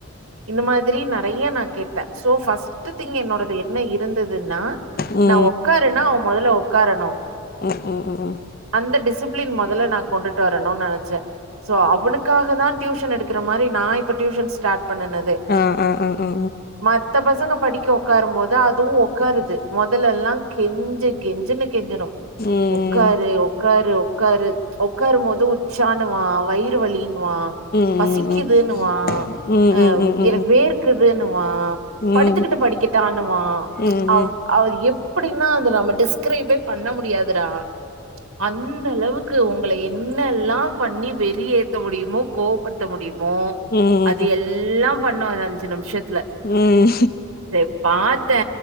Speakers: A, on the right (about 85°); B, on the left (about 45°).
A: இந்த மாதிரி நெறைய நா கேட்டே. சோ ஃபஷ்ட்டு திங் என்னோடது எ ன்ன இருந்தது துன்னா
B: ம்
A: நா ஒக்காருன்னா அவ மொதல்ல ஒக்காரனு.
B: ம் ம் ம்
A: அந்த டிசிப்ளின் மொதல்ல நா கொண்டுட்டு வரணுன்னு நெனைச்சே. சோ அவனுக்காகதா டியூஷன் எடுக்குற மாரி நா இப்ப டியூஷன் ஸ்டார்ட் பண்ணுனதே.
B: ஆ ஆ ஆ ஆ ஆ
A: மத்த பசங்க படிக்கு உக்காரும்போது அதுவு உக்காருது. மொதல்ல எல்லா கெஞ்சு கெஞ்சுனு கெஞ்சனு
B: ம்
A: உக்கா உக்காரு உக்காரு உக்காரும்போது உச்சான்னுவா வயிறு வலி ன்னுவா
B: ம் ம்
A: பசிக்குதுன்னுவா
B: ம் ம் ம்
A: ஆ
B: ம் ம் ம் ம் ம் ம் ம் ம்
A: எனக்கு வேர்க்குதுன்னுவா படுத்துக்கிட்டு
B: ம் ம் ம்
A: படிக்கிட்டான்னுவா
B: ம்
A: அவ் அவர் எ ப்படின்னா அத நம்ம டிஸ்கிரைபே பண்ண முடியாதுடா. அந்த அளவுக்கு உங்கள என் னல்லா பண்ணி வெறி ஏத்த முடியுமோ கோவப்படுத்த முடி யுமோ
B: ம்
A: அது எல்லா பண்ணு அது அஞ்சு நிமிஷத்துல
B: ம்
A: சரி பாத்தே